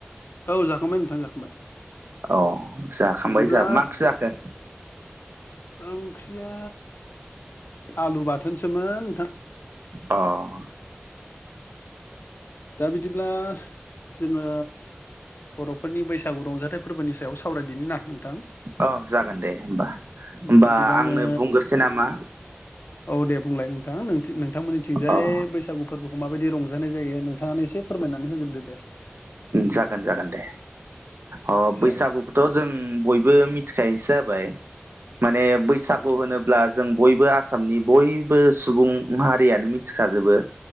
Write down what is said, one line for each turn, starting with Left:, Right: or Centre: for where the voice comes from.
Left: औ जाखांबाय नोंथां जाखांबाय।
Right: औ जाखांबाय
Left: बिदिब्ला
Right: जोंहा बो मा ओंक्रिजाखो?
Left: ओंख्रिया आलु बाथोनसोमोन नोंथां।
Right: अ'।
Left: दा बिदिब्ला जोङो। बर'फोरनि बैसागु रंजाथाइ फोरबोनि सायाव सावरायदिनि ना नोंथां।
Right: औ जागोन दे होमबा
Left: बिदिबा
Right: होमबा
Left: आङो
Right: आंनो बुंग्रोसै नामा?
Left: औ दे बुंलाय नोंथां नोंथांमोननिथिंजाय
Right: अ
Left: बैस बैसागु फोरबोफोरखौ माबायदि रंजानाय जायो। नोंथाङानो एसे फोरमायनानै होग्रोदो दे।
Right: जागोन जागोन दे। अ' बैसागु
Left: औ
Right: थ' जों बयबो मिथिखायोसो जाबाय माने बैसागु होनोब्ला जों बयबो आसामनि बयबो सुबुं हारियानो मिथिखाजोबो